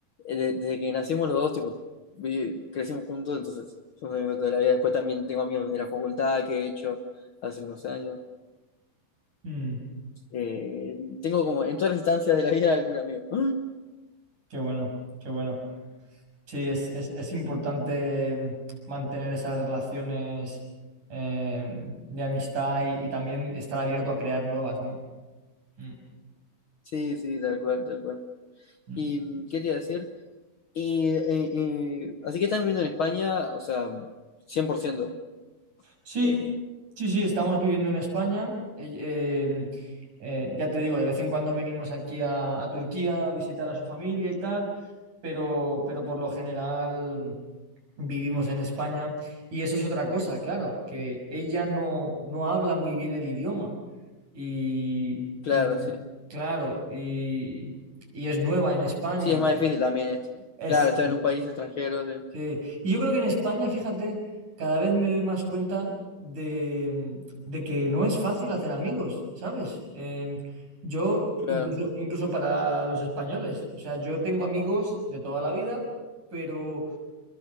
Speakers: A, on the left (about 85°); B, on the right (about 55°).
A: eh, de- desde que nacimos los dos, tipo, vi- crecimos juntos, entonces somos amigos de toda la vida. Después también tengo amigos de la facultad que he hecho hace unos años.
B: mm,
A: Eh, tengo como en todas las instancias de la vida algún amigo. <gasps>
B: qué bueno, qué bueno. Sí, es, es, es importante mantener esas relaciones eh, de amistad y, y también estar abierto a crear nuevas, ¿no? Mm,
A: Sí, sí, tal cual, tal cual.
B: mm.
A: ¿Y mm, qué te iba a decir? Y, eh, eh, así que están viviendo en España, o sea, 100%.
B: Sí,
A: Eh,
B: sí, sí, estamos viviendo en España. Eh, eh, eh, ya te digo, de vez en cuando venimos aquí a, a Turquía a visitar a su familia y tal, pero, pero por lo general vivimos en España. Y eso es otra cosa, claro, que ella no, no habla muy bien el idioma. Y,
A: claro,
B: y,
A: sí
B: claro, y, y es nueva en España.
A: Sí, es más difícil también. este.
B: Es,
A: Claro, estar en un país extranjero, sí.
B: Sí, y yo creo que en España, fíjate, cada vez me doy más cuenta de, de que no es fácil hacer amigos, ¿sabes? Eh, yo,
A: Claro.
B: incluso, incluso para los españoles, o sea, yo tengo amigos de toda la vida, pero